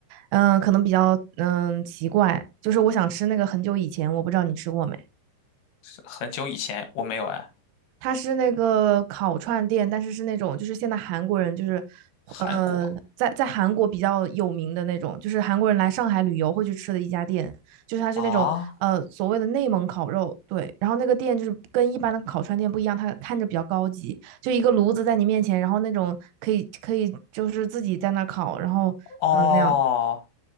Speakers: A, on the right (about 85°); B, on the left (about 70°).
A: 嗯、可能比较嗯、奇怪，就是我想吃那个很久以前我不知道你吃过没。
B: 是很久以前我没有哎，
A: 它是那个烤串店，但是是那种就是现在韩国人就是
B: 韩国
A: 呃在在韩国比较有名的那种，就是韩国人来上海旅游会去吃的一家店，就是它是那种呃所谓的内蒙烤肉，
B: 啊
A: 对，然后那个店就是跟一般的烤串店不一样，它看着比较高级，就一个炉子在你面前，然后那种可以可以就是自己在那儿烤，然后嗯、
B: 哦，
A: 呃那样，